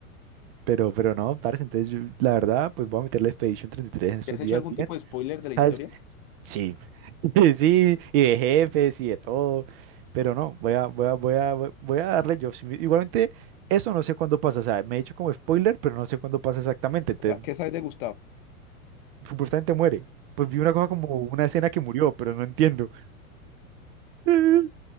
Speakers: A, on the right (about 40°); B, on the left (about 40°).
A: Pero, pero no, parce, entonces yo, la verdad, pues voy a meterle Expedition 33 en estos
B: ¿Te has
A: días
B: hecho algún
A: bien.
B: tipo de spoiler de la historia?
A: ¿sabes? Sí, <laughs> sí, y de jefes y de todo. Pero no, voy a, voy a, voy a, voy voy a darle yo. Si me- Igualmente, eso no sé cuándo pasa. O sea, me he dicho como spoiler, pero no sé cuándo pasa exactamente. Entonces,
B: O sea, ¿qué sabes de Gustavo?
A: supuestamente muere. Pues vi una cosa como una escena que murió, pero no entiendo. Pero